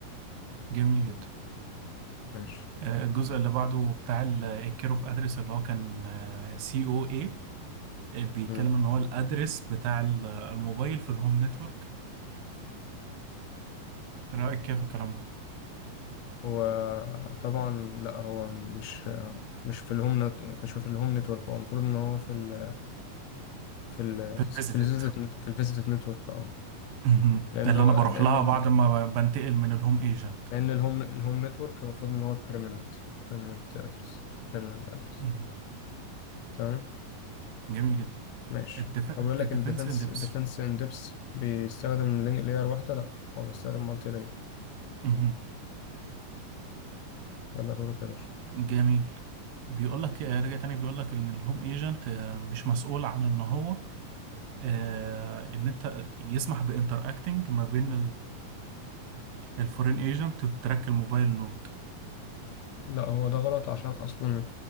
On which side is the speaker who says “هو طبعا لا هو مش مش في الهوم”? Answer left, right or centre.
Left